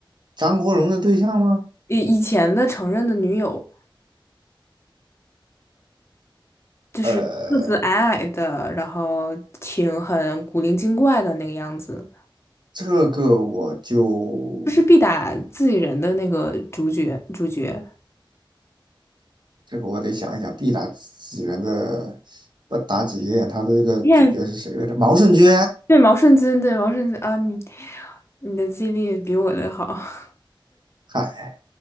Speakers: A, on the right; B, on the left.
A: 张国荣的对象吗？
B: 以以前的承认的女友，就是个子矮矮的，
A: 呃，
B: 然后挺很古灵精怪的那个样子，
A: 这个我就
B: 就是必打自己人的那个主角主角。
A: 这个我得想一想，必打几人的不打几个眼，他的这个主角是谁来着？
B: 耶，
A: 毛舜筠，
B: 对毛舜筠，对毛舜筠啊，你你的记忆力比我的好。
A: 嗨，